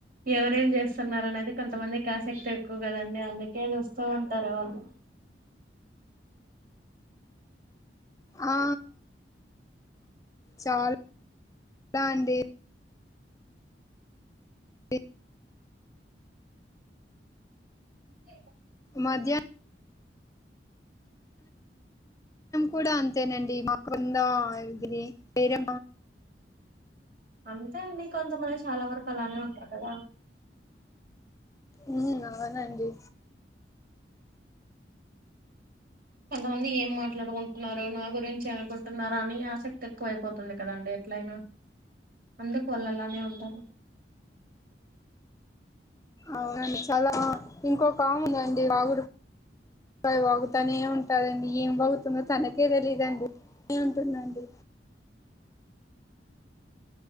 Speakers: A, on the right; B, on the left.
A: ఎవరేం చేస్తున్నారు. అనేది కొంతమందికి ఆసక్తి ఎక్కువ కదండి. అందుకే చూస్తూ ఉంటారు. వాళ్ళు
B: ఆ చాలా చాలా అండి ఎ <inaudible>
A: ఇ
B: మధ్య్ కూడా అంతేనండి మా కింద ఇరి వేరే
A: అంతేఅండి. కొంతమంది చాలా వరకు అలానే ఉంటారు. కదా
B: ఉ, అవునండి.
A: కొంతమంది ఏం మాట్లాడుకుంటున్నారు నా గురించి అనుకుంటున్నారా అని ఆసక్తి ఎక్కువ అయిపోతుంది కదండి. ఎట్లయినా అందుకు వాళ్ళు అలానే ఉంటారు.
B: అవునండి చాలా ఇంకోొకముందండి వాగుడు య వాగుతానే ఉంటదండి ఏం బగుతుందో తనకే తెలీదండి ఏ ఉంటుందండి